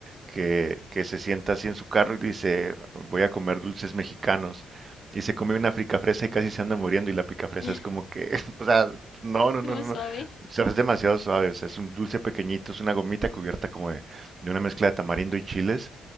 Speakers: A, on the right (about 35°); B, on the left (about 55°).
A: que, que se sienta así en su carro y dice, voy a comer dulces mexicanos. Y se come una picafresa y casi se anda muriendo. Y la picafresa
B: <laughs>
A: es como que, <laughs> o sea, no, no,
B: Muy
A: no, no,
B: suave.
A: no. O sea, es demasiado suave. o sea, es un dulce pequeñito, es una gomita cubierta como de, de una mezcla de tamarindo y chiles.